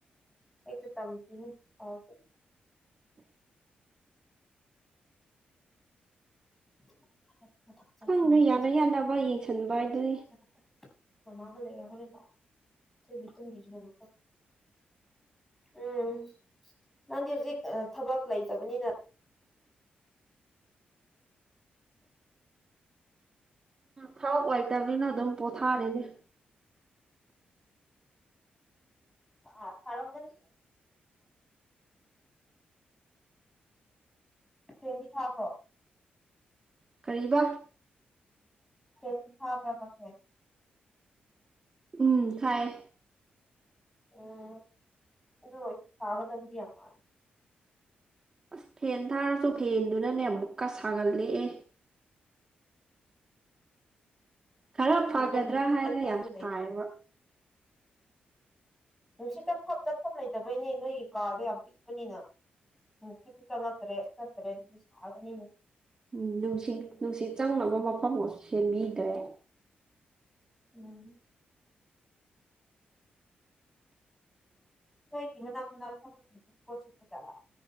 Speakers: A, in the centre; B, on the right.
A: ꯑꯩ ꯇꯝꯈꯤꯅꯤ ꯑ ꯐ
B: <inaudible>
A: <inaudible>
B: ꯈꯪꯅꯨ
A: ꯃꯃꯥꯒ
B: ꯌꯥꯅ ꯌꯥꯅꯕ ꯌꯦꯡꯁꯟꯕ ꯍꯥꯏꯗꯨꯅꯤ
A: ꯆꯠꯂꯨ ꯃꯊꯛꯇ ꯃꯃꯥꯒ ꯂꯩꯔ ꯍꯔꯦꯟ ꯂꯥꯛꯑꯣ ꯑꯩꯣꯏꯕꯤ ꯇꯨꯡꯒꯤꯁꯨ ꯃꯃꯥ ꯎꯝ ꯅꯪꯗꯤ ꯍꯧꯖꯤꯛ ꯊꯕꯛ ꯂꯩꯇꯕꯅꯤꯅ
B: ꯊꯥꯎ ꯑꯣꯏꯇꯕꯅꯤꯅ ꯑꯗꯨꯝ ꯄꯣꯊꯥꯔꯤꯅꯦ <unintelligible>
A: ꯑ ꯐꯔ ꯄ ꯔꯦ ꯆꯦꯅꯤ ꯊꯥꯕ꯭ꯔꯣ
B: ꯀꯔꯤꯕ
A: ꯑꯦꯁꯤꯤꯁꯕ ꯔꯀꯛ ꯍꯥꯏ
B: ꯎꯝ ꯍꯥꯏꯥꯏ
A: ꯎꯝ ꯑꯗꯨ ꯑꯣꯏ ꯀꯥꯒꯗꯕꯨꯗꯤ ꯑꯃ ꯂꯩꯦ
B: ꯑꯁ ꯐꯦꯟ ꯊꯥꯔꯁꯨ ꯐꯦꯟꯗꯨꯅꯅꯦ ꯑꯃꯨꯛꯀ ꯁꯥꯡꯍꯜꯂꯛꯑꯦ ꯈꯔ
A: ꯁꯤꯗ
B: ꯐꯒꯗ꯭ꯔꯥ
A: ꯅꯨꯡꯁꯤꯠ
B: ꯍꯥꯏꯅ
A: ꯆꯠꯐꯝꯁꯨ
B: ꯌꯥꯝ
A: ꯂꯩꯇꯦ
B: ꯇꯥꯏꯌꯦꯕ
A: ꯅꯨꯡꯁꯤꯠ ꯆꯪꯐꯝ ꯆꯠꯐꯝ ꯂꯩꯇꯕꯩꯅꯦ ꯅꯣꯏꯒꯤ ꯀꯥꯗꯣ ꯌꯥꯝ ꯄꯤꯛꯄꯅꯤꯅ ꯅꯨꯡꯁꯤꯠꯇ ꯆꯪꯉꯄ ꯐ꯭ꯔꯦꯁ ꯇꯔꯦ ꯁꯥꯅꯦ
B: ꯎꯝ ꯅꯨꯡꯁꯤꯠ ꯅꯨꯡꯁꯤꯠ ꯆꯪꯅꯕ ꯃꯐꯝ ꯑꯃ ꯁꯦꯝꯕꯤꯗ꯭ꯔꯦ
A: ꯎꯝ ꯅꯣꯏꯒꯤ ꯃꯅꯥꯛ ꯃꯅꯥꯛ ꯊꯗꯤ ꯀꯣꯖꯂ